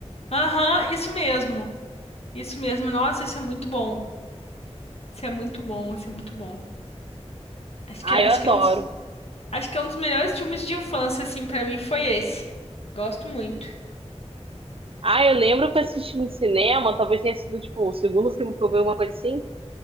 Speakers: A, on the left; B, on the right.
A: Aham, isso mesmo. Isso mesmo. Nossa, isso é muito bom. Isso é muito bom, isso é muito bom. Acho
B: Ah,
A: que, acho
B: eu adoro.
A: que é um dos, acho que é um dos melhores filmes de infância, assim, pra mim foi esse. Gosto muito.
B: Ah, eu lembro que eu assisti no cinema, talvez tenha sido, tipo, o segundo filme que eu vi, alguma coisa assim.